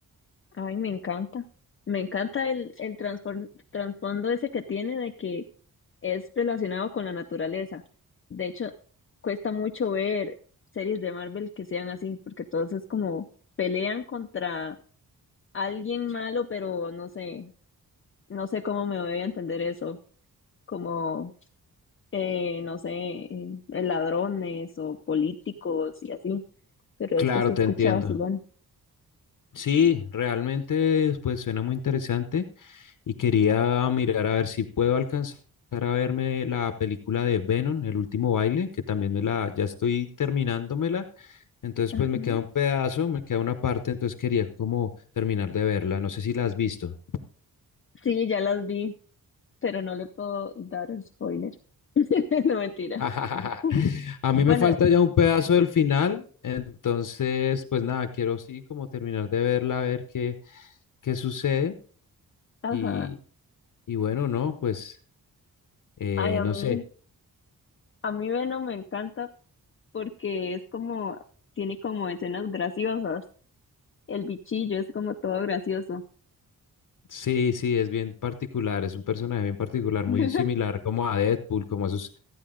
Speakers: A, on the left (about 35°); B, on the left (about 60°).
A: Ay, me encanta. Me encanta el, el transfor- trasfondo ese que tiene de que es relacionado con la naturaleza. De hecho, cuesta mucho ver series de Marvel que sean así, porque todos es como pelean contra alguien malo, pero no sé, no sé cómo me voy a entender eso. Como eh, no sé, eh, eh, ladrones o políticos y así. Pero
B: Claro,
A: esto se
B: te
A: escucha
B: entiendo.
A: vacilón.
B: Sí, realmente pues suena muy interesante y quería mirar a ver si puedo alcanzar a verme la película de Venom, El último baile, que también me la ya estoy terminándomela. Entonces
A: Ajá.
B: pues me queda un pedazo, me queda una parte, entonces quería como terminar de verla. No sé si la has visto.
A: Sí, ya las vi, pero no le puedo dar el spoiler. <laughs> No, mentira.
B: <laughs>
A: <laughs>
B: A mí
A: Bueno,
B: me falta ya un pedazo del final, entonces pues nada, quiero sí como terminar de verla, a ver qué qué sucede
A: ajá.
B: y y bueno, no, pues eh,
A: Ay, a
B: no
A: mí,
B: sé.
A: a mí Venom me encanta porque es como, tiene como escenas graciosas. El bichillo es como todo gracioso.
B: Sí, sí, es bien particular, es un personaje bien particular,
A: <laughs>
B: muy similar como a Deadpool, como a esos